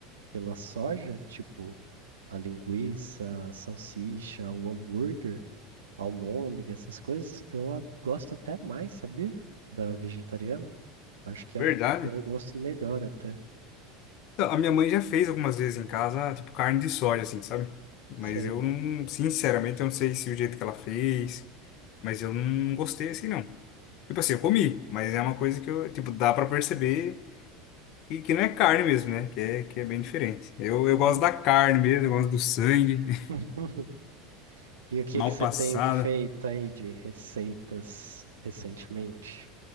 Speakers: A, on the right; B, on the left.
A: pela soja, tipo a linguiça, a salsicha, o hambúrguer, a almôndega, essas coisas, eu a- gosto até mais, sabia? Da vegetariana. Acho que é
B: Verdade.
A: é um gosto melhor até.
B: Então, a minha mãe já fez algumas vezes em casa, ah, tipo carne de soja, assim, sabe? Mas
A: Sei.
B: eu não, sinceramente, eu não sei se o jeito que ela fez, mas eu não gostei assim, não. Tipo assim, eu comi, mas é uma coisa que eu, tipo, dá pra perceber. E que não é carne mesmo, né? Que é, que é bem diferente. Eu,
A: Uhum.
B: eu gosto da carne mesmo, eu gosto do sangue,
A: <laughs>
B: <laughs>
A: E o que
B: mal
A: que você
B: passada.
A: tem feito aí de receitas recentemente?